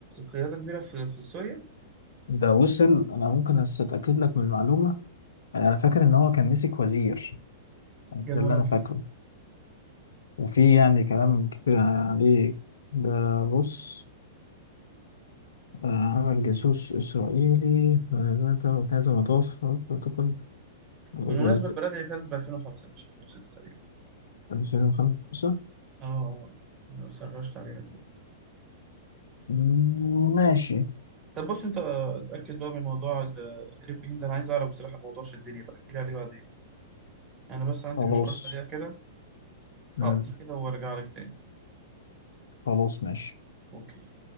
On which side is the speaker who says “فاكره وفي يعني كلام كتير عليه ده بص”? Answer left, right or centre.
Left